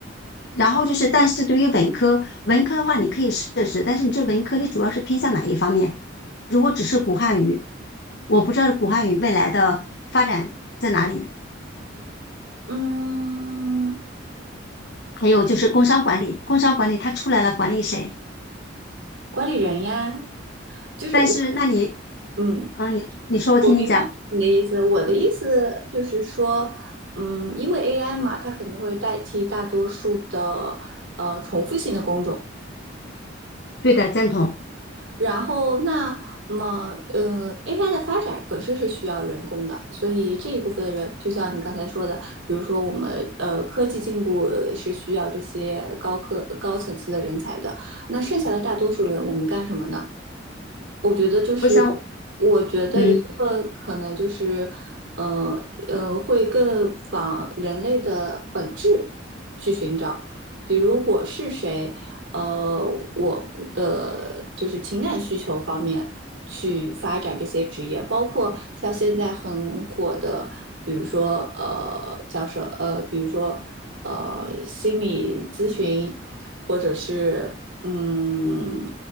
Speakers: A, on the left (about 60°); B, on the right (about 75°).
A: 然后就是，但是对于文科，文科的话你可以设置，但是你这文科你主要是偏向哪一方面？如果只是古汉语，我不知道古汉语未来的发展在哪里。
B: 嗯，
A: 还有就是工商管理，工商管理它出来了，管理谁？
B: 管理人呀，就是我，
A: 但是那你，
B: 嗯，
A: 嗯，你你说我听你讲，
B: 我明白你的意思。我的意思就是说，嗯，因为 AI 嘛，它肯定会代替大多数的呃重复性的工种。
A: 对的，赞同。
B: 然后那么呃，AI 的发展本身是需要人工的，所以这一部分的人，就像你刚才说的，比如说我们呃科技进步是需要这些高科高层次的人才的，那剩下的大多数人，我们干什么呢？我觉得就是，
A: 我想，
B: 我觉得一部分可能就是，
A: 嗯。
B: 呃呃，会更往人类的本质去寻找，比如我是谁，呃，我的就是情感需求方面去发展这些职业，包括像现在很火的，比如说呃叫什呃，比如说呃心理咨询，或者是嗯。